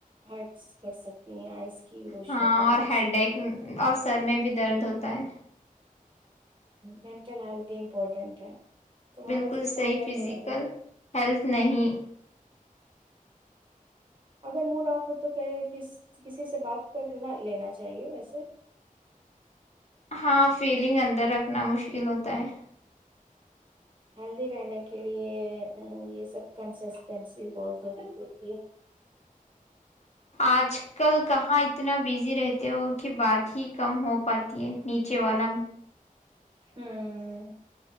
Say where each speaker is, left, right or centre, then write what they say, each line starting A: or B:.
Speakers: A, on the right (about 35°); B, on the left (about 50°).
A: ہرٹس کر سکتی ہیں آئس <unintelligible>
B: ہاں
A: خراب
B: اور
A: ہو
B: ہیڈ
A: سکتی
B: ایک
A: ہے
B: اور سر میں بھی درد ہوتا ہے
A: مینٹل ہیلتھ بھی امپورٹنٹ ہے تمہارے
B: بالکل
A: اس دن سر
B: صحیح
A: میں درد
B: فزیکل
A: ہو رہا تھا
B: ہیلتھ نہیں
A: اگر موڈ آف ہو تو کہ کسی سے بات کرنا لینا چاہیے ویسے
B: ہاں فیلنگ اندر رکھنا مشکل ہوتا ہے
A: ہیلدی رہنے کے لیے یہ سب کنسسٹینسی بہت ضروری ہوتی ہے
B: آج کل کہاں اتنا بزی رہتی کی بات ہی کم ہو پاتی ہے نیچے والا
A: ہوں